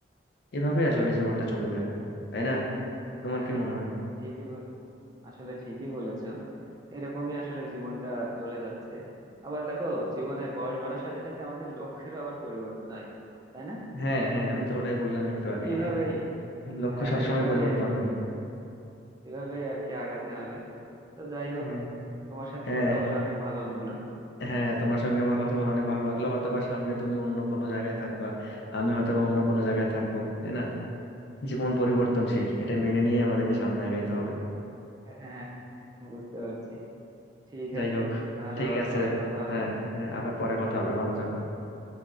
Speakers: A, on the left; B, on the right.
A: এভাবে আসলে জীবনটা চলে যায় তাই না তোমার
B: হ্যাঁ
A: কি মনে হয়
B: ঠিকই বলেছ আসলে ঠিকই বলেছ এরকমই আসলে জীবনটা চলে যাচ্ছে আবার দেখো জীবনের বয়স বাড়ার সাথে সাথে আমাদের লক্ষ্যেরও আবার পরিবর্তন হয় তাই না
A: হ্যাঁ হ্যাঁ আমি তো ওটাই বললাম একটু
B: তো
A: আগে
B: এইভাবেই
A: হ্যাঁ, লক্ষ্য
B: হ্যাঁ
A: সবসময়
B: এইভাবে
A: পরিবর্তন
B: আর কি
A: হয়
B: এইভাবেই আর কি আগাতে হবে তো যাই হোক
A: হ্যাঁ
B: তোমার সাথে
A: হ্যাঁ
B: কথা বলে অনেক ভালো লাগলো
A: হ্যাঁ তোমার সঙ্গে আমার কথা বলে অনেক ভালো লাগলো হয়তোবা সামনে তুমি অন্য কোনো জায়গায় থাকবা আমি হয়তোবা অন্য কোনো জায়গায় থাকবো তাই না জীবন পরিবর্তনশীল এটা মেনে নিয়ে আমাদেরকে সামনে আগাইতে হবে
B: হ্যাঁ হ্যাঁ, বুঝতে পারছি ঠিক
A: যাই
B: আছে
A: হোক
B: তাহলে
A: ঠিক
B: আবার
A: আছে
B: পরে কথা হবে
A: হ্যাঁ হ্যাঁ আবার পরে কথা হবে ভালো থাকো